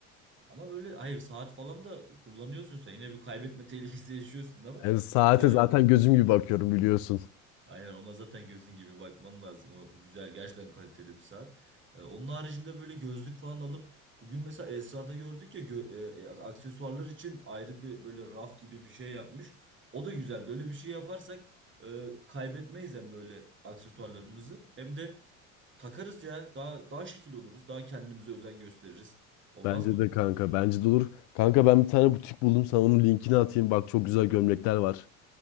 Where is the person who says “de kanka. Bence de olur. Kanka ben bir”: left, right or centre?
Left